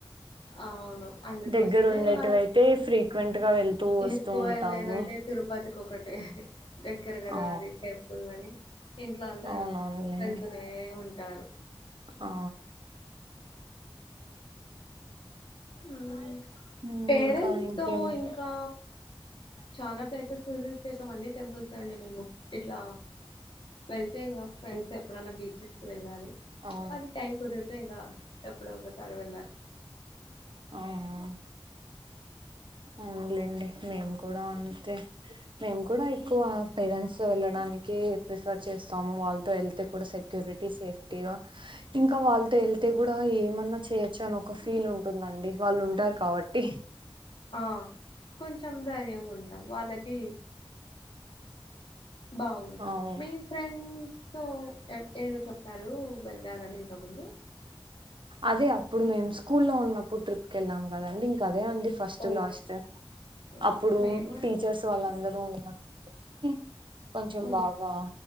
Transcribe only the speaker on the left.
అవును అందుకోసమే
మళ్
ఎక్కువ
వెళ్ళలేదంటే తిరుపతికి ఒకటి దగ్గర కదా
అది టెంపుల్ అని ఇంట్లో అందరు
వెళ్తూనే ఉంట ఉంటారు
ఉమ్
పేరెంట్స్
తో ఇంకా చాలా ప్లేసెస్ విజిట్ చేసాం అన్ని టెంపల్సే అండి మేము. ఇట్లా వెళ్తే ఇంగా ఫ్రెండ్స్ తో ఎప్పుడన్నా బీచెస్ కి వెళ్ళాలి.
అదే టైమ్ కుదురుత్ తె ఇంగా ఎప్పుడో ఒకసారి వెళ్ళాలి.
ఆ కొంచెం ధైర్యంగుంటాం వాళ్ళకి బాగుంటరు
మీ ఫ్రెండ్స్ సో ఎద్ ఏదో చెప్పారు వెళ్ళారని ఇంతక్ముందు
ఓ
ఉమ్,
మేము
ఉమ్,